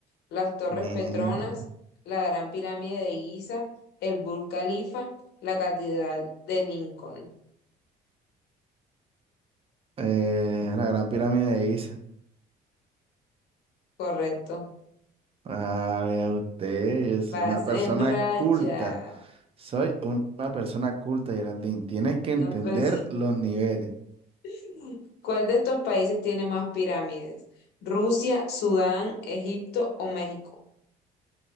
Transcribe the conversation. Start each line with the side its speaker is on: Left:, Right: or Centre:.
Left: Las Torres
Right: Mierda.
Left: Petronas, la Gran Pirámide de Giza, el Burj Khalifa, la Catedral de Lincoln.
Right: Eh, la gran pirámide de Giza.
Left: Correcto.
Right: Ah, vea usted, yo soy
Left: Vas
Right: una persona
Left: en racha.
Right: culta. Soy una persona culta, Geraldine. Tienes que
Left: No
Right: entender
Left: pues.
Right: los niveles.
Left: <laughs> ¿Cuál de estos países tiene más pirámides? ¿Rusia, Sudán, Egipto o México?